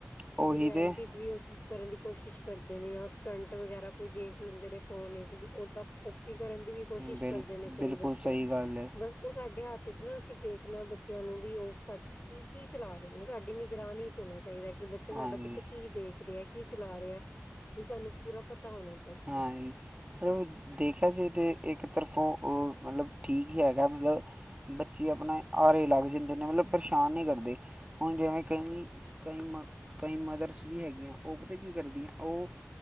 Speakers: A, on the left; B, on the right.
A: ਜਾਂ
B: ਉਹੀ
A: ਫਿਰ ਰਲਿਟੀ
B: ਤਾਂ
A: 'ਚ ਵੀ ਉਹ ਚੀਜ਼ ਕਰਨ ਦੀ ਕੋਸ਼ਿਸ਼ ਕਰਦੇ ਨੇ, ਜਾਂ ਸਟੰਟ ਵਗੈਰਾ ਕੋਈ ਦੇਖ ਲੈਂਦੇ ਨੇ। ਫੋਨ ਵਿੱਚ ਵੀ, ਓਦਾਂ ਕਾਪੀ ਕਰਨ ਦੀ ਵੀ ਕੋਸ਼ਿਸ਼
B: ਬਿਲ
A: ਕਰਦੇ ਨੇ ਕਈ
B: ਬਿਲਕੁਲ
A: ਬੱਚੇ,
B: ਸਹੀ ਗੱਲ ਹੈ
A: ਬਸ ਉਹ ਸਾਡੇ ਹੱਥ ਚ ਨਾ ਅਸੀਂ ਦੇਖਣਾ ਬੱਚਿਆਂ ਨੂੰ, ਵੀ ਉਹ ਸਾ ਕੀ- ਕੀ ਚਲਾ ਰਹੇ ਸਾਡੀ ਨਿਗਰਾਨ ਚ ਹੋਣਾ ਚਾਹੀਦਾ, ਕਿ ਬੱਚਾ ਸਾਡਾ
B: ਹਾਂਜੀ
A: ਬੱਚਾ ਕੀ ਦੇਖ ਰਿਹਾ ਐ। ਕੀ ਚਲਾ ਰਿਹਾ, ਵੀ ਸਾਨੂੰ ਪੂਰਾ ਪਤਾ ਹੋਣਾ ਚਾਹੀਦਾ
B: ਹਾਂ ਜੀ। ਮਤਲਬ ਦੇਖਿਆ ਸੀ, ਤੇ ਇੱਕ ਤਰਫੌਂ ਉਹ ਮਤਲਬ ਠੀਕ ਹੀ ਹੈਗਾ, ਮਤਲਬ ਬੱਚੇ ਆਪਣੇ ਹਾਰੇ ਲੱਗ ਜਾਂਦੇ ਨੇ, ਮਤਲਬ ਪਰੇਸ਼ਾਨ ਨਹੀਂ ਕਰਦੇ। ਹੁਣ ਜਿਵੇਂ ਕਈ, ਕਈ ਮ, ਕਈ ਮਦਰਸ ਵੀ ਹੈਗੀਆਂ, ਉਹ ਪਤਾ ਕੀ ਕਰਦੀਆਂ, ਉਹ